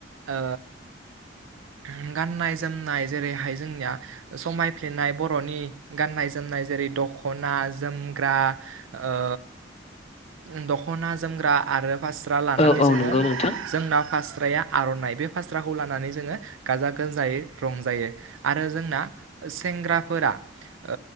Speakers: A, on the right; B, on the left.
A: ओ उम गाननाय जोमनाय जेरैहाय जोंनिया समायफ्लेनाय बर'नि गाननाय जोमनाय जेरै दख'ना जोमग्रा ओ उम दख'ना जोमग्रा आरो फास्रा लानानै
B: औ औ
A: जोङो
B: नंगौ नोंथां
A: जोंनाव फास स्राया आर'नाइ बे फास्राखौ लानानै जोङो गाजा गोमजायै रंजायो आरो जोंना ओ सेंग्राफोरा ओ